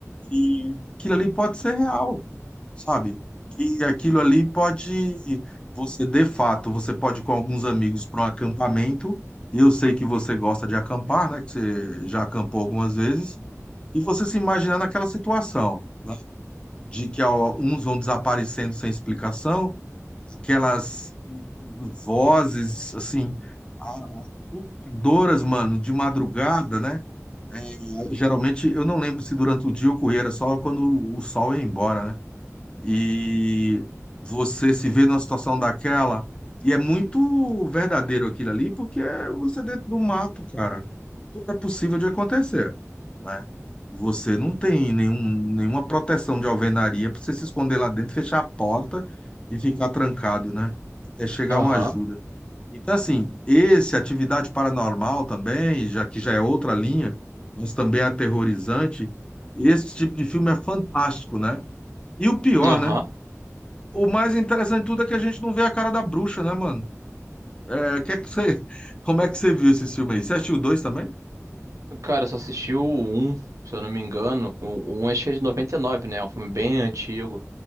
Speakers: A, on the left (about 20°); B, on the right (about 80°).
A: que aquilo ali pode ser real, sabe? Que aquilo ali pode, você de fato, você pode ir com alguns amigos para um acampamento, e eu sei que você gosta de acampar, né? Que você já acampou algumas vezes, e você se imaginar naquela situação, né? De que ó, uns vão desaparecendo sem explicação, aquelas vozes, assim, assustadoras, mano, de madrugada, né? É, geralmente, eu não lembro se durante o dia ocorria, era só quando o sol ia embora, né? E você se vê numa situação daquela, e é muito verdadeiro aquilo ali, porque é você é dentro do mato, cara. Tudo é possível de acontecer, né? Você não tem nenhum, nenhuma proteção de alvenaria para você se esconder lá dentro, fechar a porta e ficar trancado, né? É chegar
B: aham,
A: uma ajuda. Então, assim, esse Atividade Paranormal também, já que já é outra linha, mas também é aterrorizante, esse tipo de filme é fantástico, né? E o pior,
B: aham.
A: né? O mais interessante de tudo é que a gente não vê a cara da bruxa, né, mano? É, que é que você, <laughs> como é que você viu esse filme aí? Você assistiu o dois também?
B: Cara, eu só assisti o um se eu não me engano. O 1 acho que é de noventa e nove né? É um filme bem antigo.